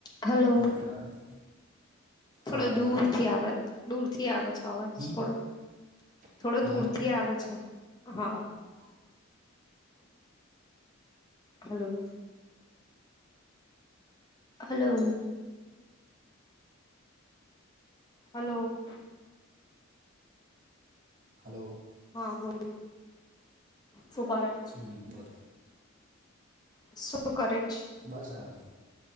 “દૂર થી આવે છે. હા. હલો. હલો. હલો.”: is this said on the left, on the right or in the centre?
Left